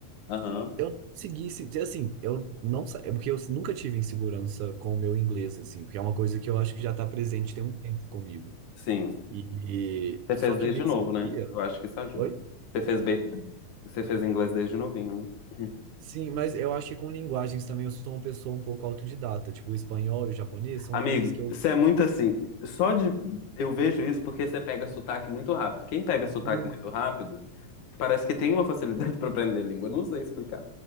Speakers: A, on the left; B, on the right.
A: Aham.
B: Eu não consegui, se- dizer assim, eu não sa- é porque eu nunca tive insegurança com o meu inglês, assim, porque é uma coisa que eu acho que já está presente tem um tempo comigo.
A: Sim.
B: E,
A: Você fez
B: só que
A: desde
B: nesse
A: novo, né?
B: dia,
A: Eu acho que isso ajuda.
B: oi?
A: Você fez, be- você fez inglês desde novinho, né?
B: Sim, mas eu acho que com linguagens também eu sou uma pessoa um pouco autodidata, tipo o espanhol e o japonês são
A: Amigo,
B: coisas que eu
A: você é muito assim. Só de. Eu vejo isso porque você pega sotaque muito rápido. Quem pega sotaque
B: muito
A: muito rápido, parece que tem uma facilidade <laughs> para aprender língua. Não sei explicar.